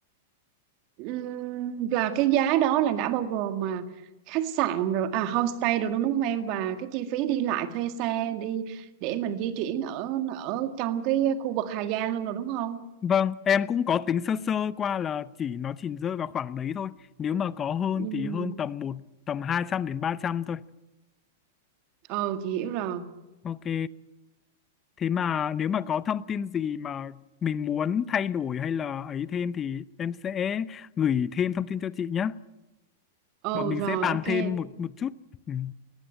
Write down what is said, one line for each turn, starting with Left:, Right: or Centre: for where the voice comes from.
Right: Ừm, là cái giá đó là đã bao gồm mà khách sạn rồi à homestay rồi đúng đúng không em và cái chi phí đi lại thuê xe đi để mình di chuyển ở ở trong cái khu vực Hà Giang luôn rồi đúng không
Left: Vâng, em cũng có tính sơ sơ qua là chỉ nó chỉ rơi vào khoảng đấy thôi. Nếu mà có hơn
Right: Ừm,
Left: thì hơn tầm một tầm 200 đến 300 thôi.
Right: ờ chị hiểu rồi
Left: Ok. Thế mà nếu mà có thông tin gì mà mình muốn thay đổi hay là ấy thêm thì em sẽ gửi thêm thông tin cho chị nhé.
Right: ờ
Left: Bọn mình
Right: rồi
Left: sẽ bàn
Right: ok
Left: thêm một một chút. Ừ.